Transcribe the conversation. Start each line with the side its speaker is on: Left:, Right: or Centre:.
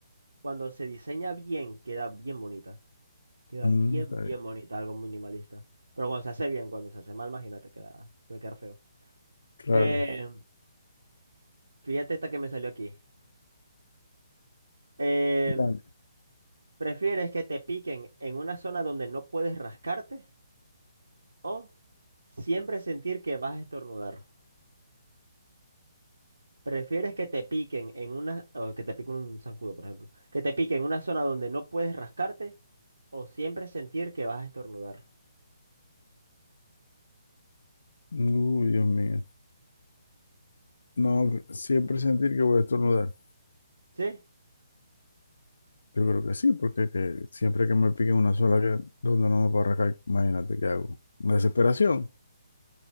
Right: cuando se diseña bien, queda bien bonita. Queda
Left: Mm,
Right: bien,
Left: está bien.
Right: bien bonita, algo minimalista. Pero cuando se hace bien, cuando se hace mal, imagínate, queda, puede quedar feo.
Left: Claro.
Right: Eh, fíjate esta que me salió aquí. Em,
Left: Dale.
Right: ¿Prefieres que te piquen en una zona donde no puedes rascarte o siempre sentir que vas a estornudar? ¿Prefieres que te piquen en una, o que te pique un zancudo, por ejemplo, que te piquen en una zona donde no puedes rascarte o siempre sentir que vas a estornudar?
Left: Uy, Dios mío. No, que- siempre sentir que voy a estornudar.
Right: ¿Sí?
Left: Yo creo que sí, porque que siempre que me pique una sola que donde no me puedo arrancar, imagínate qué hago. Desesperación.